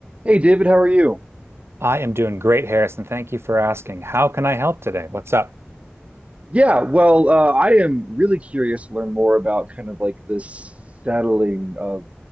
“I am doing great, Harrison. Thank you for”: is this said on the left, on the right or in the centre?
Right